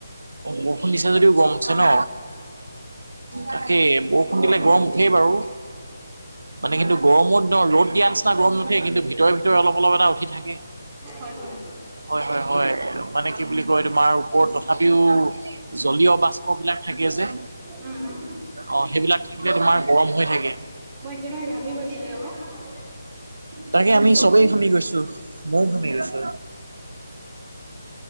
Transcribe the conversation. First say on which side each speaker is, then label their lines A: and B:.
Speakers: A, on the right (about 75°); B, on the right (about 25°).
A: বৰষুণ দিছে যদিও গৰম উঠছে ন তাকেই বৰষুণ
B: ন
A: দিলে গৰম উঠেই বাৰু
B: <unintelligible> <unintelligible>
A: মানে কিন্তু গৰমত ন ৰ'দ দিয়া নিচিনা গৰম কিন্তু ভিতৰে ভিতৰে অলপ অলপ এটা উঠি থাকে।
B: হয় হয়।
A: হয় হয় হয় মানে কি বুলি কয়। তাৰ ওপৰত তথাপিও জ্বলীয় বাষ্প বিলাগ থাকে যে
B: উম, উম,
A: অ সেইবিলাক থাকিলে তোমাৰ গৰম হৈ থাকে।
B: মই একেবাৰে ঘামি গৈছিলো আকৌ
A: তাকে আমি চবেই ঘামি গৈছো ময়ো ঘামি গৈছো।